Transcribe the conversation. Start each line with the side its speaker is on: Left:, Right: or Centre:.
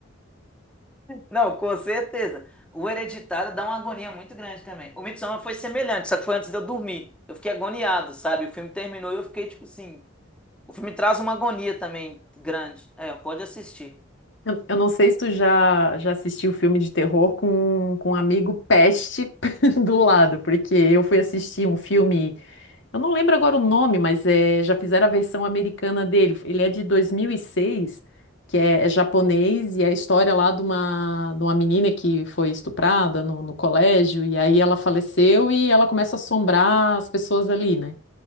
Centre: Não, com certeza. O Hereditário dá uma agonia muito grande também. O Midsommar foi semelhante, só que foi antes de eu dormir. Eu fiquei agoniado, sabe? O filme terminou e eu fiquei tipo assim... O filme traz uma agonia também grande. É, pode assistir.
Left: Eu, eu não sei se tu já, já assistiu filme de terror com, com um amigo peste <laughs> do lado, porque eu fui assistir um filme, eu não lembro agora o nome, mas é, já fizeram a versão americana dele. Ele é de 2006, que é, é japonês, e é a história lá de uma, de uma menina que foi estuprada no, no colégio, e aí ela faleceu e ela começa a assombrar as pessoas ali, né?